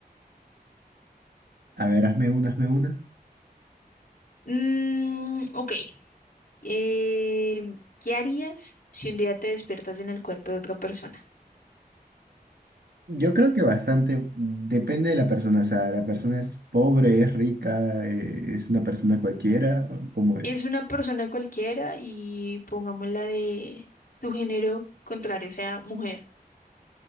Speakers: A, on the right; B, on the left.
A: A ver, hazme una, hazme una.
B: Mm, ok. Eh, ¿qué harías si un día te despiertas en el cuerpo de otra persona?
A: Yo creo que bastante depende de la persona. O sea, la persona es pobre, es rica, eh, es una persona cualquiera, ¿cómo es?
B: Es una persona cualquiera y pongámosla de tu género contrario, o sea, mujer.